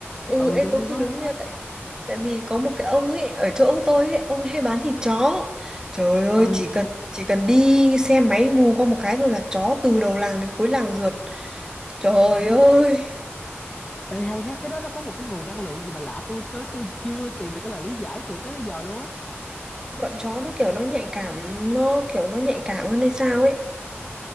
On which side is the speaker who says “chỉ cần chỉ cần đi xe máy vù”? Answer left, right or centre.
Right